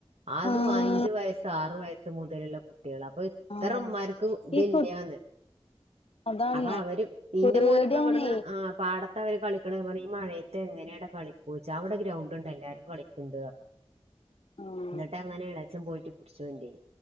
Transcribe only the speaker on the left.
ആഹ്
ആഹ്
ഈ കു അതന്നെ
പേടിയാണേ
ആഹ്